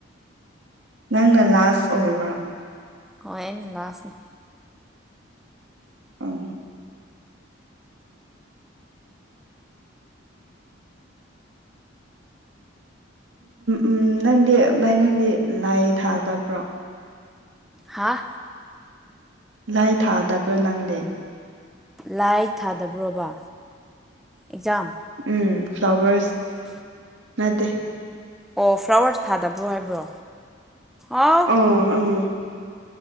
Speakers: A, on the right; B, in the centre.
A: ꯅꯪꯒ ꯂꯥꯁ ꯑꯣꯏꯕ꯭ꯔꯥ
B: ꯍꯣꯏ ꯑꯩꯅ ꯂꯥꯁꯅꯦ
A: ꯎꯝ ꯎ ꯅꯪꯗꯤ ꯚꯥꯏ ꯅꯪꯗꯤ ꯂꯥꯏ ꯊꯥꯗꯕ꯭ꯔꯣ
B: ꯍꯥꯥ
A: ꯂꯥꯏ ꯊꯥꯗꯕ꯭ꯔꯥ ꯅꯪꯂꯗꯦ
B: ꯂꯥꯏ ꯊꯥꯗꯕ꯭ꯔꯣꯕ ꯑꯦꯛꯖꯥꯝ
A: ꯎꯝ ꯐ꯭ꯂꯋꯔꯁ
B: ꯇꯕ
A: ꯃꯠꯇꯦ
B: ꯑꯣ ꯐ꯭ꯂꯥꯋꯔꯁ ꯊꯥꯗꯕ꯭ꯔꯣ ꯍꯥꯏꯕ꯭ꯔꯣ ꯑꯥꯎ
A: ꯑꯣ ꯎꯝ